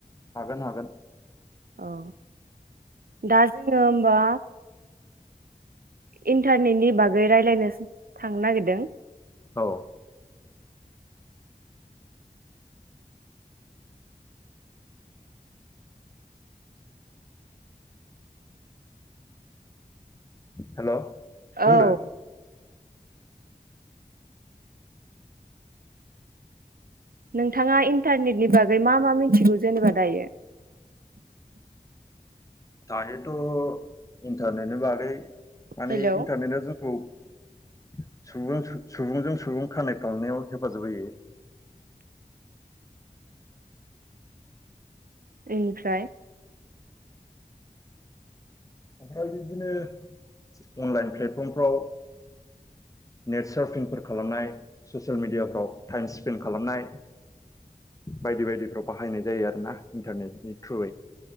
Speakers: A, on the left (about 20°); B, on the right (about 80°).
A: हागोन हागोन
B: अ दा जोङो होमबा इन्टारनेटनि बागै रायलायनोस थांनो नागिरदों
A: औ हेल' बुंदो
B: औ नोंथाङा इन्टारनेटनि बागै मा मा मिनथिगौ जेनेबा दायो
A: दायोथ' इन्टारनेटनि बागै माने
B: हेलौ
A: इन्टारनेटआ जोंथ सुबुं सुबुंजों सुबुं कानेक्ट खालामनायाव हेफाजाब होयो
B: एनिफ्राय
A: ओमफ्राय बिबदिनो अनलाइन प्लेटफर्मफ्राव नेट सार्फिंफोर खालामनाय ससियेल मिडियाफ्राव टाइम स्पेन्ड खालामनाय बायदि बायदिफ्राव बाहायनाय जायो आरोना इन्टारनेटनि थ्रुयै